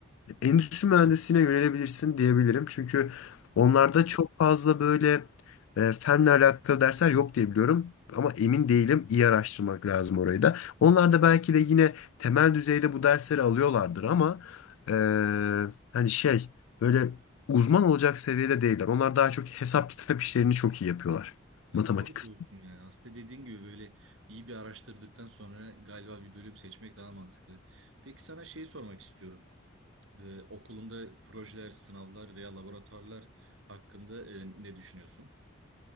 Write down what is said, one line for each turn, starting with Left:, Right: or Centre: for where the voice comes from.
Left: endüstri mühendisliğine yönelebilirsin diyebilirim. Çünkü
Right: Hı.
Left: onlarda çok fazla böyle e, fenle alakalı dersler yok diye biliyorum. Ama emin değilim. İyi araştırmak lazım orayı da. Onlar da belki de yine temel düzeyde bu dersleri alıyorlardır ama e, hani şey böyle uzman olacak seviyede değiller. Onlar daha çok hesap kitap işlerini çok iyi yapıyorlar.
Right: Ya
Left: Matematik
Right: doğru
Left: kısmı.
Right: diyorsun ya. Aslında dediğin gibi böyle iyi bir araştırdıktan sonra galiba bir bölüm seçmek daha mantıklı. Peki sana şeyi sormak istiyorum. Ee, okulunda projeler, sınavlar veya laboratuvarlar hakkında e, ne düşünüyorsun?